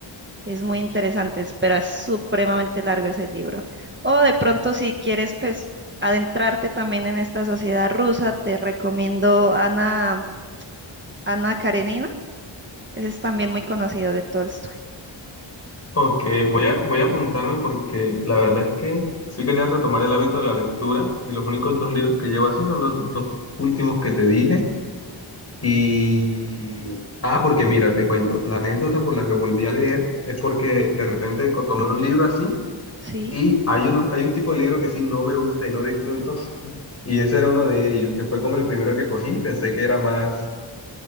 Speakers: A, on the right; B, on the left.
A: Es muy interesante, pero es supremamente largo ese libro. O de pronto, si quieres, pues, adentrarte también en esta sociedad rusa, te recomiendo Ana, Ana Karenina. Ese es también muy conocido de Tolstoy.
B: Ok, voy a, voy a apuntarme porque la verdad es que sí quería retomar el hábito de la lectura y los únicos dos libros que llevo así son los dos últimos que te dije. Y... Ah, porque mira, te cuento, la anécdota por la que volví a leer es porque de repente co- tomé un libro así
A: Sí.
B: y hay, unos, hay un tipo de libro que sí no me gusta y no disfruto <laughs> y ese era uno de ellos, que fue como el primero que cogí y pensé que era más,